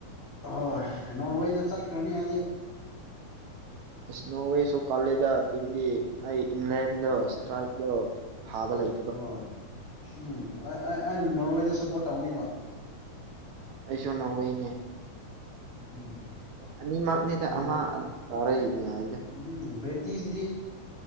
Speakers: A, on the left; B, on the right.
A: ꯍꯣꯏ ꯅꯣꯔꯋꯦꯗ ꯆꯠꯈ꯭ꯔꯅꯤ ꯍꯥꯏꯗꯤ
B: ꯑꯁ ꯅꯣꯔꯋꯦꯁꯨ ꯀꯥꯂꯦꯗ ꯇꯤꯝꯗꯤ ꯑꯩ ꯏꯪꯂꯦꯟꯗ
A: ꯍꯣꯏ
B: ꯏꯁꯇ꯭ꯔꯥꯏꯗꯣ ꯐꯥꯕ ꯂꯩ
A: ꯍꯣꯏ ꯎꯝ ꯑ ꯅꯣꯔꯋꯦꯗ ꯁꯞꯄꯣꯔꯠ ꯇꯧꯅꯤꯕ
B: ꯑꯩꯁꯨ ꯅꯏꯅꯦ
A: ꯎꯝ
B: ꯑꯅꯤꯃꯛꯅꯤꯗ
A: ꯑꯗꯨꯒ
B: ꯑꯃ ꯑꯗꯨꯝ ꯀꯥꯔꯛ ꯌꯥꯏꯗ
A: ꯎꯝ ꯕ꯭ꯔꯤꯇꯤꯁ